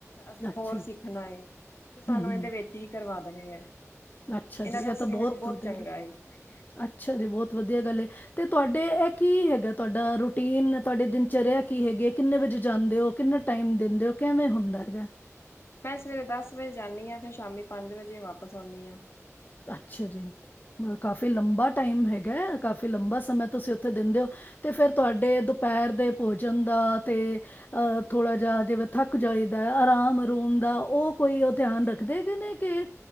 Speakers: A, on the left; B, on the left.
A: ਅਸੀਂ
B: ਅੱਛਾ
A: ਹੋਰ ਸਿੱਖਣਾ ਏ ਤੇ ਸਾਨੂੰ
B: ਹੂੰ ਹੂੰ
A: ਇਦੇਂ ਵਿੱਚ ਹੀ ਕਰਵਾ ਤਾਂ ਨਹੀਂ ਹੈ
B: ਅੱਛਾ
A: ਇਹਨਾਂ
B: ਜੀ ਇਹ
A: ਦਾ ਸਲੂਕ
B: ਤਾਂ ਬਹੁਤ ਵਧੀ
A: ਚੰਗਾ
B: <unintelligible>
A: ਏ
B: ਅੱਛਾ ਜੀ ਬਹੁਤ ਵਧੀਆ ਗੱਲ ਏ। ਤੇ ਤੁਹਾਡੇ ਇਹ ਕੀ ਹੈਗਾ? ਤੁਹਾਡਾ ਰੂਟੀਨ ਤੁਹਾਡੇ ਦਿਨਚਰੀਆ ਕੀ ਹੈਗੀ? ਕਿੰਨੇ ਵਜੇ ਜਾਂਦੇ ਹੋ? ਕਿੰਨਾ ਟਾਈਮ ਦਿੰਦੇ ਹੋ? ਕਿਵੇਂ ਹੁੰਦਾ ਹੈਗਾ?
A: ਮੈਂ ਸਵੇਰੇ ਦਸ ਵਜੇ ਜਾਂਦੀ ਹਾਂ ਫਿਰ ਸ਼ਾਮੀ ਪੰਜ ਵਜੇ ਵਾਪਸ ਆਉਂਦੀ ਹਾਂ।
B: ਅੱਛਾ ਜੀ, ਕਾਫੀ ਲੰਬਾ ਟਾਈਮ ਹੈਗਾ। ਹੈ ਕਾਫੀ ਲੰਬਾ ਸਮੇਂ ਤੁਸੀਂ ਉਥੇ ਦਿੰਦੇ ਹੋ ਤੇ ਫਿਰ ਤੁਹਾਡੇ ਦੁਪਹਿਰ ਦੇ ਭੋਜਨ ਦਾ ਤੇ ਆ ਥੋੜਾ ਜਿਹਾ ਜਿਵੇਂ ਥੱਕ ਜਾਈਦਾ ਆਰਾਮ ਅਰੂਮ ਦਾ ਉਹ ਕੋਈ ਉਹ ਧਿਆਨ ਰੱਖਦੇ ਨੇ ਕੇ